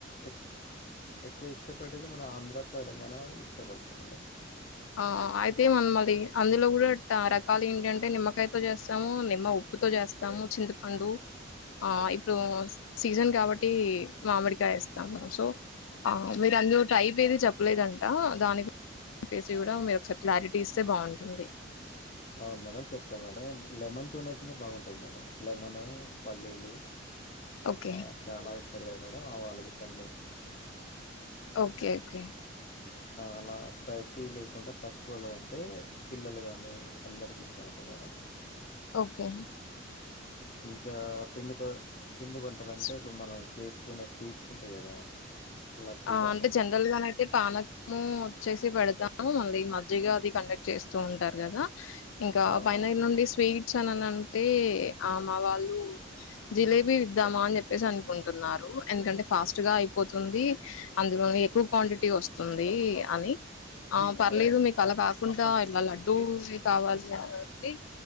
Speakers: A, on the left; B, on the left.
A: ఎ ఎక్కువ ఇష్టపడేది మన ఆంధ్ర తెలంగాణ ఇష్ట పడుతుంది మేడం
B: ఆ అయితే మనమ్ అది <inaudible> అందులో కూడా రకాలు ఏంటింటే నిమ్మకాయతో చేస్తాము నిమ్మ ఉప్పుతో చేస్తాము చింతపండు ఆ ఇప్పుడు
A: ఉమ్.
B: సీజన్ కాబట్టి ఈ మామిడికాయ వేస్తాము సో మీరు అందులో టైప్ ఏది చెప్పలేదంట దానికి ఏసీ కూడా మీరు ఒకసారి క్లారిటీ ఇస్తే బాగుంటుంది
A: అవును మేడం చెప్తాం మేడం లెమన్ తో అయితేనే బాగుంటుంది మేడం లెమను పల్లీలు
B: ఓకే.
A: ఆ చాలా ఇస్త సరే కదా మేడం ఆవాలు గిట్ల అన్నీ
B: ఓకే ఓకే
A: అలా స్పైసీ లేకుండా తక్కువలో ఉంటే పిల్లలు కానీ అందరికి ఇష్టం ఉంటుంది మేడం
B: ఓకే
A: ఇంకా పిండి పద పిండి వంటలు అంటే
B: స్
A: ఇప్పుడు మనం చేసుకునే స్వీట్స్ ఉంటాయి కదా లడ్డు
B: ఆ
A: గాని
B: అంటే జనరల్ గాన అయితే పానకము వచ్చేసి పెడతాము మళ్ళీ మజ్జిగ అది కండక్ట్ చేస్తూ ఉంటారు కదా ఇంకా
A: అవునవును
B: వైనగర్ నుండి స్వీట్ చానానికి ఆ మా వాళ్ళు జిలేబీ ఇద్దామా అని చెప్పేసి అనుకుంటున్నారు ఎందుకంటే ఫాస్ట్ గా అయిపోతుంది అందులోనే ఎక్కువ క్వాంటిటీ వస్తుంది అని ఆ పర్లేదు
A: అవునవును
B: మీకు అలా కా చెకుంటా ఇట్లా లడ్డూ కావాలి అనేసి